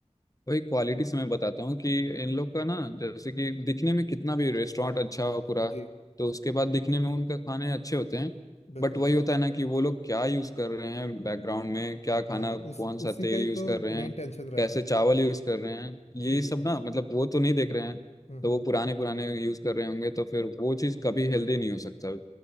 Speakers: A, on the left; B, on the left.
A: वही क्वालिटी से मैं बताता हूँ कि इन लोग का ना जैसे कि दिखने में कितना भी रेस्टोरेंट अच्छा हो पूरा
B: जी
A: तो उसके बाद दिखने में उनका खाने अच्छे होते हैं
B: बिल्कुल
A: बट वही होता है ना कि वो लोग क्या यूज़ कर रहे हैं बैकग्राउंड में क्या
B: हाँ
A: खाना कौन
B: उस
A: सा
B: उसी
A: तेल
B: का ही
A: यूज़
B: तो
A: कर रहे
B: मेन
A: हैं
B: टेंशन रहता
A: कैसे
B: है
A: चावल यूज़ कर रहे हैं
B: जी
A: ये सब
B: जी
A: ना मतलब वो तो नहीं देख रहे हैं
B: हम्म
A: तो
B: हम्म
A: वो पुराने पुराने यूज़ कर रहे होंगे तो फिर वो चीज़ कभी हेल्दी नहीं हो सकता